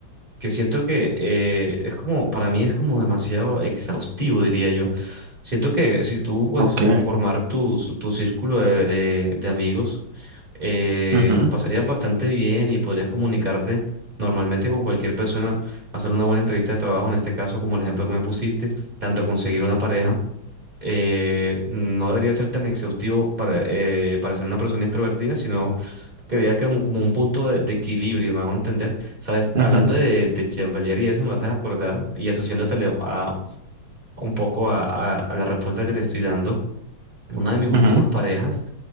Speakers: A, on the right; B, on the right.
A: que siento que eh, es como, para mí es como demasiado exhaustivo, diría yo. Siento que si tú puedes
B: ok,
A: jo- formar tu, su- tu círculo de, de- de amigos, eh,
B: ujú,
A: lo pasarías bastante bien y podrías comunicarte normalmente con cualquier persona, hacer una buena entrevista de trabajo, en este caso, como el ejemplo que me pusiste, tanto conseguir una pareja eh, no debería ser tan exhaustivo para, eh, para ser una persona introvertida, sino que vea como, como un punto de, de equilibrio, me hago entender. Sabes,
B: ujú,
A: hablando de, de chambelear y eso me haces acordar y asociándotele a un poco a, a- a la respuesta que te estoy dando una de mis últimas
B: ujú,
A: parejas.